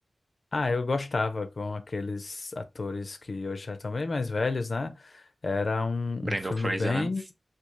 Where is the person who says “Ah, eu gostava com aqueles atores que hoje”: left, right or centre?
Left